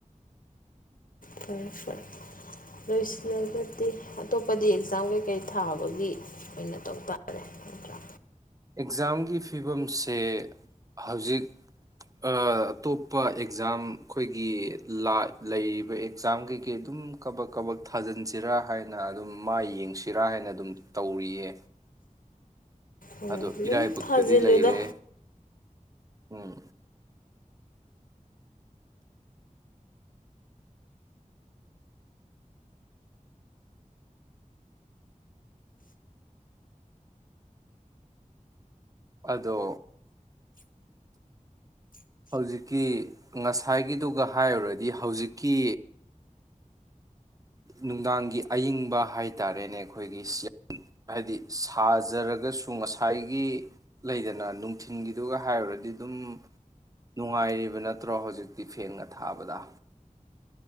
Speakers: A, on the left; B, on the right.
A: ꯐꯔꯦ ꯐꯔꯦ ꯂꯣꯏꯁꯤꯜꯂꯒꯗꯤ ꯑꯇꯣꯞꯄꯗꯤ ꯑꯦꯛꯖꯥꯝ ꯀꯩꯀꯩ ꯊꯥꯕꯒꯤ ꯑꯣꯏꯅ ꯇꯧ ꯇꯥꯔꯦ ꯅꯠꯇ꯭ꯔꯥ
B: ꯑꯦꯛꯖꯥꯝꯒꯤ ꯐꯤꯕꯝꯁꯦ ꯍꯧꯖꯤꯛ ꯑꯥ ꯑꯇꯣꯞꯄ ꯑꯦꯛꯖꯥꯝ ꯑꯩꯈꯣꯏꯒꯤ ꯂꯥ ꯂꯩꯔꯤꯕ ꯑꯦꯛꯖꯥꯝ ꯀꯩꯀꯩ ꯑꯗꯨꯝ ꯀꯕꯛ ꯀꯕꯛ ꯊꯥꯖꯤꯟꯁꯤꯔꯥ ꯍꯥꯏꯅ ꯑꯗꯨꯝ ꯃꯥꯥꯏ ꯌꯦꯡꯁꯤꯔꯥ ꯍꯥꯏꯅ ꯑꯗꯨꯝ ꯇꯧꯔꯤꯌꯦ
A: ꯑꯗꯨꯝ
B: ꯑꯗꯨ ꯏꯔꯥꯏꯕꯛꯇꯗꯤ
A: ꯊꯥꯖꯤꯜꯂꯨꯗ
B: ꯂꯩꯔꯦ ꯎꯝ ꯑꯗꯣ ꯍꯧꯖꯤꯛꯀꯤ ꯉꯁꯥꯏꯒꯤꯗꯨꯒ ꯍꯥꯏꯔꯨꯔꯗꯤ ꯍꯧꯖꯤꯛꯀꯤ ꯅꯨꯡꯗꯥꯡꯒꯤ ꯑꯏꯤꯡꯕ ꯍꯥꯏ ꯇꯥꯔꯦꯅꯦ ꯑꯩꯈꯣꯏꯒꯤ ꯍꯥꯏꯗꯤ ꯁꯥꯖꯔꯒꯁꯨ ꯉꯁꯥꯏꯒꯤ ꯂꯩꯗꯅ ꯅꯨꯡꯊꯤꯟꯜꯒꯤꯗꯨꯒ ꯍꯥꯏꯔꯨꯔꯗꯤ ꯑꯗꯨꯝ ꯅꯨꯡꯉꯥꯏꯔꯤꯕ ꯅꯠꯇ꯭ꯔꯣ ꯍꯧꯖꯤꯛꯇꯤ ꯐꯦꯡꯒ ꯊꯥꯕꯗ